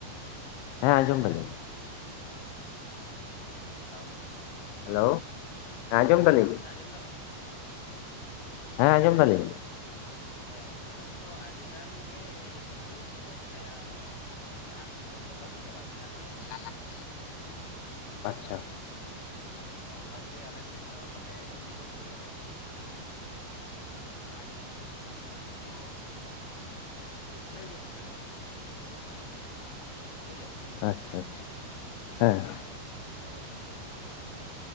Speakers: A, on the left; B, on the left.
A: ᱦᱮᱸ ᱟᱸᱡᱚᱢ ᱫᱟ ᱞᱤᱧ ᱾
B: ᱦᱮᱞᱳ ᱾
A: ᱦᱮᱞᱳ᱾ ᱟᱸᱡᱚᱢ ᱫᱟᱞᱤᱧ
B: ᱦᱮᱸ ᱜᱚᱝᱠᱮ ᱟᱸᱚᱢ ᱫᱟ ᱵᱮᱱ?
A: ᱦᱮᱸ ᱟᱸᱡᱚᱢ ᱫᱟ ᱞᱤᱧ᱾
B: ᱦᱮᱸ ᱩᱱ ᱚᱠᱛᱚ ᱟᱹᱰᱤ ᱜᱟᱱ ᱜᱮ ᱩᱱᱠᱩ ᱡᱩᱣᱟᱹᱱ ᱠᱚ ᱢᱟᱱᱮ ᱯᱟᱲᱦᱟᱜ ᱠᱚᱫᱚ ᱠᱚ ᱵᱟᱹᱜᱤ ᱪᱟᱵᱟ ᱠᱮᱫᱟ ᱦᱳᱭ ᱥᱮ ᱾
A: <inaudible> ᱟᱪᱪᱷᱟ ᱾
B: ᱟᱫᱚ ᱚᱱᱟᱛᱮ ᱟᱞᱮᱥᱮᱫ ᱫᱚ ᱢᱟᱱᱮ ᱡᱩᱣᱟᱹᱱ ᱠᱚᱫᱚ ᱮᱠᱴᱩ ᱠᱟ ᱠᱚ ᱯᱟᱹᱪᱷᱞᱟᱹ ᱧᱚᱜ ᱟᱠᱟᱱᱟ᱾ <inaudible> ᱵᱩᱡᱷᱟᱹᱣ᱾
A: ᱟᱪᱪᱷᱟ ᱟᱪᱪᱷᱟ ᱦᱮᱸ ᱾
B: ᱦᱳᱭ᱾